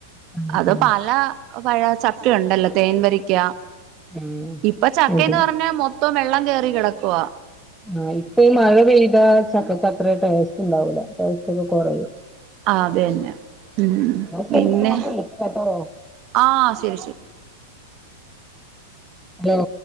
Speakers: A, in the centre; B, on the right.
A: കണ്ടിട്ടുണ്ട്
B: അത് പല പഴ ചക്ക ഉണ്ടല്ലോ തേൻ വരിക്ക
A: ഉം
B: ഇപ്പൊ ചക്കന്ന്
A: അതെ
B: പറഞ്ഞാ മൊത്തം വെള്ളം കേയറി കിടക്കുവ
A: ആ ഇപ്പ ഈ മഴ പെയ്ത ചക്കക്ക അത്ര ടേസ്റ്റ് ഉണ്ടാവൂല ടേസ്റ്റ് ഒക്കെ കുറു
B: ആ അത തന്നെ ഉ പിന്നെ
A: ശരി ഞാൻ വിളിക്കാട്ടോ
B: ആ ശരി ശരി
A: ഹലോ